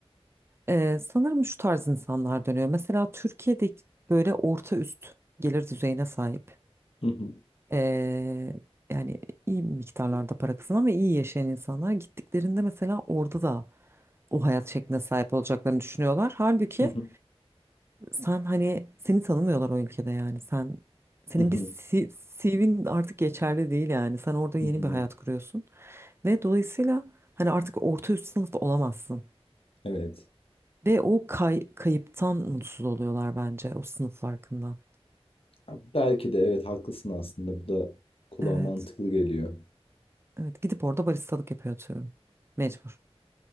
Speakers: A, on the right; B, on the left.
A: Ee, sanırım şu tarz insanlar dönüyor. Mesela Türkiye'de böyle orta üst gelir düzeyine sahip.
B: Hı hı,
A: ee, yani iyi miktarlarda para kazanan ve iyi yaşayan insanlar gittiklerinde mesela orada da o hayat şekline sahip olacaklarını düşünüyorlar. Halbuki
B: hı hı,
A: sen hani seni tanımıyorlar o ülkede yani. Sen senin
B: hı hı,
A: bir C- CV'nin artık geçerli değil yani. Sen orada yeni
B: hı hı.
A: bir hayat kuruyorsun. Ve dolayısıyla hani artık orta üst sınıf olamazsın.
B: Evet.
A: Ve o kay- kayıptan mutsuz oluyorlar bence o sınıf farkından.
B: Ya Belki de evet haklısın aslında. Bu da kulağa
A: Evet.
B: mantıklı geliyor.
A: Evet gidip orada baristalık yapıyor atıyorum. Mecbur.